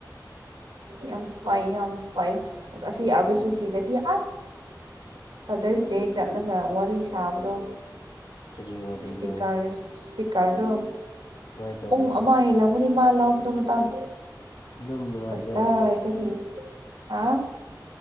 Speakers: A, on the right; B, on the left.
A: ꯌꯥꯝ ꯐꯩ ꯌꯥꯝ ꯐꯩ ꯑꯁꯤ ꯑꯥꯔꯕꯤꯁꯤꯁꯤꯗꯗꯤ ꯑꯁ ꯐꯗꯔꯁ ꯗꯦ ꯆꯠꯂꯒ ꯋꯥꯔꯤ ꯁꯥꯕꯗꯣ
B: ꯀꯔꯤ ꯋꯥꯔꯤꯅꯣ
A: ꯁꯄ꯭ꯤꯀꯔ ꯏꯁꯄꯤꯀꯔꯗꯣ
B: ꯀꯃꯥꯏꯅ ꯇꯧꯕ꯭ꯔꯥ
A: ꯄꯨꯡ ꯑꯃ ꯍꯦꯂꯝꯒꯅꯤ ꯃꯥ ꯂꯧꯕꯗꯣ ꯃꯇꯥꯡ
B: ꯑꯗꯨꯝ ꯅꯨꯡꯉꯥꯏꯕ꯭ꯔꯥ
A: ꯀꯠꯗꯏꯗꯒꯤ ꯍꯥ